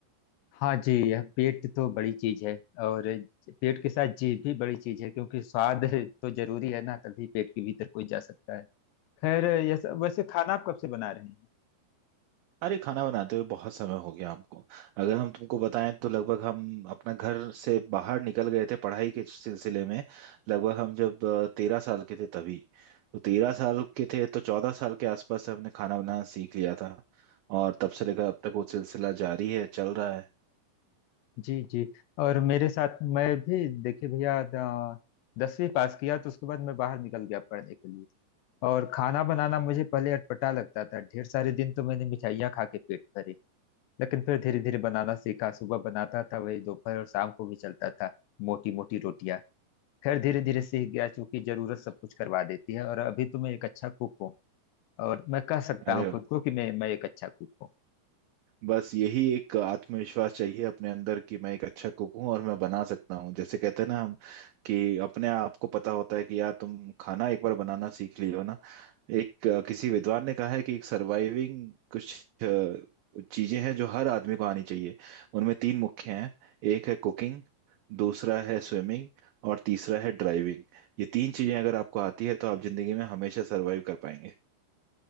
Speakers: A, on the left; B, on the right.
A: हाँ जी यह पेट तो बड़ी चीज है और पेट के साथ जीभ भी बड़ी चीज है क्योंकि स्वाद तो जरूरी है ना तभी पेट के भीतर कोई जा सकता है खैर यह सब वैसे खाना आप कब से बना रहे हैं
B: अरे खाना बनाते हुए बहुत समय हो गया हमको अगर हम तुमको बताएं तो लगभग हम अपना घर से बाहर निकल गए थे पढ़ाई के सिलसिले में लगभग हम जब तेरह साल के थे तभी तो तेरह साल के थे तो चौदह साल के आसपास हमने खाना बनाना सीख लिया था और तब से लेकर अब तक वो सिलसिला जारी है चल रहा है
A: जी जी और मेरे साथ मैं भी देखिए भैया द- दसवीं पास किया तो उसके बाद मैं बाहर निकल गया पढ़ने के लिए और खाना बनाना मुझे पहले अटपटा लगता था ढेर सारे दिन तो मैंने मिठाइयाँ खा के पेट भरे लेकिन फिर धीरे धीरे बनाना सीखा सुबह बनाता था वही दोपहर और शाम को भी चलता था मोटी मोटी रोटियां खैर धीरे धीरे सीख गया क्योंकि जरूरत सब कुछ करवा देती है और अभी तो मैं एक अच्छा कुक हूँ और मैं कह सकता
B: अरे
A: हूँ
B: वाह
A: खुद को कि मैं मैं एक अच्छा कुक हूँ
B: बस यही एक आत्मविश्वास चाहिए अपने अंदर कि मैं एक अच्छा कुक हूँ और मैं बना सकता हूँ जैसे कहते हैं ना हम कि अपने आप को पता होता है कि यार तुम खाना एक बार बनाना सीख लियो ना एक अ, किसी विद्वान ने कहा है कि एक सर्वाइविंग कुछ अ, चीजें हैं जो हर आदमी को आनी चाहिए उनमें तीन मुख्य हैं एक है कुकिंग दूसरा है स्विमिंग और तीसरा है ड्राइविंग ये तीन चीजें अगर आपको आती है तो आप जिंदगी में हमेशा सर्वाइव कर पाएंगे